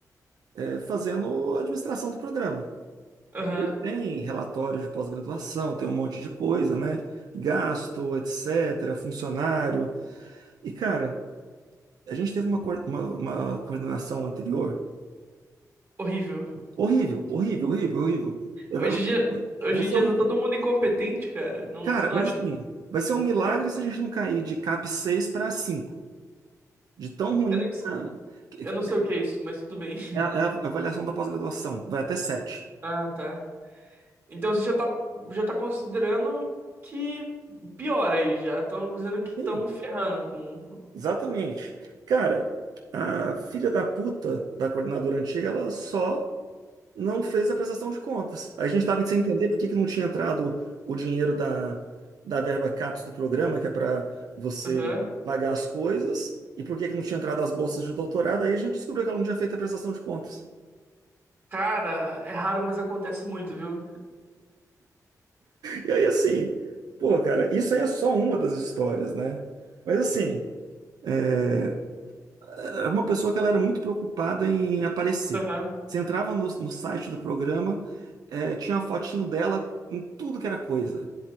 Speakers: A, on the right; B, on the right.
A: é, fazendo a administração do programa.
B: Aham,
A: Ele tem relatório de pós-graduação, tem um monte de coisa, né? Gasto, etc., funcionário. E, cara, a gente teve uma, coor- uma, uma coordenação anterior
B: horrível.
A: horrível, horrível, horrível, horrível. É,
B: Hoje
A: Vai vai-
B: em dia, hoje
A: vai ser
B: em dia
A: um.
B: tá todo mundo incompetente, cara. Não,
A: Cara,
B: você não
A: mas
B: acha?
A: assim, vai ser um milagre se a gente não cair de CAP 6 para 5. De tão ruim.
B: Eu, nem,
A: pra- que-
B: eu
A: que-
B: não sei o que é isso, mas tudo bem. <laughs>
A: É a, é a avaliação da pós-graduação, vai até sete.
B: Ah, tá. Então você já tá, já tá considerando que piora aí, já estão dizendo que estão
A: Sim,
B: ferrando com.
A: exatamente. Cara, a filha da puta da coordenadora antiga, ela só não fez a prestação de contas. A gente estava sem entender por que que não tinha entrado o dinheiro da, da verba CAPES do programa, que é para você
B: Aham.
A: pagar as coisas, e por que que não tinha entrado as bolsas de doutorado. Aí a gente descobriu que ela não tinha feito a prestação de contas.
B: Cara, é raro, mas acontece muito, viu?
A: E aí, assim, pô, cara, isso aí é só uma das histórias, né? Mas, assim, é, era uma pessoa que ela era muito preocupada em aparecer.
B: Aham.
A: Você entrava no, no site do programa, é, tinha uma fotinho dela em tudo que era coisa.